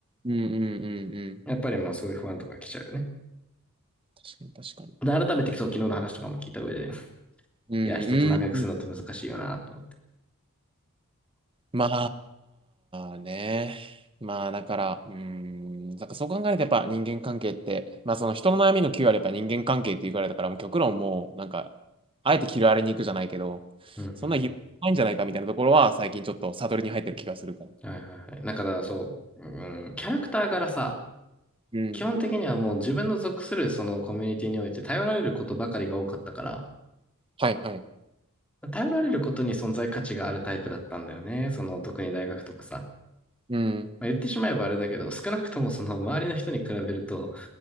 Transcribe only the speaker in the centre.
やっぱりまあそういう不安とか来ちゃうよね。
で、改めてそう、昨日の話とかも聞いた上で、
いや、人と仲良くするのって難しいよなと思って。
うんうん。
はいはいはい。だからそう、うん、キャラクター柄さ、
基本的にはもう自分の属するそのコミュニティにおいて頼られることばかりが多かったから、
頼られることに存在価値があるタイプだったんだよね。その特に大学とかさ。
まあ、言ってしまえばあれだけど、少なくともその周りの人に比べると、